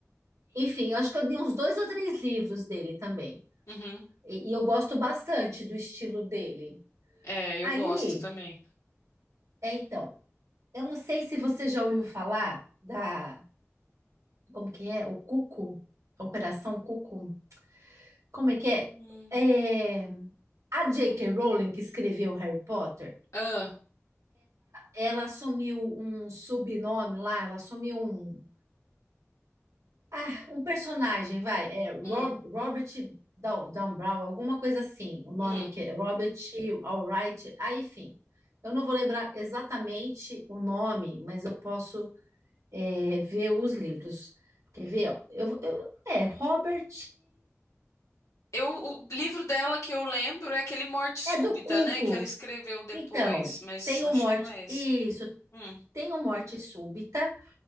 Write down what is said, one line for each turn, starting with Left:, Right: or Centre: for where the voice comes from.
Right: Enfim, eu acho que eu li uns dois ou três livros dele também.
Left: Uhum.
Right: e e eu gosto bastante do estilo dele.
Left: É, eu
Right: Aí,
Left: gosto também.
Right: é então. Eu não sei se você já ouviu falar da, como que é? O Cuco? Operação Cuco? Como é que é?
Left: Hum.
Right: É, a J.K. Rowling, que escreveu Harry Potter,
Left: Ah,
Right: ela assumiu um subnome lá, ela assumiu um, ah, um personagem, vai, é Rob-
Left: hum,
Right: Robert Dow- Down Brown, alguma coisa assim, o nome
Left: hum.
Right: que é Robert Alright, ah, enfim. Eu não vou lembrar exatamente o nome, mas eu posso é, ver os livros. Quer ver? ó? Eu, vou- eu- é, Robert.
Left: Eu, o livro dela que eu lembro é aquele Morte Súbita,
Right: É do Cuco.
Left: né? Que ela escreveu depois,
Right: Então,
Left: mas
Right: tem
Left: acho
Right: o Morte.
Left: que não é esse.
Right: Isso,
Left: Hum,
Right: tem o Morte Súbita.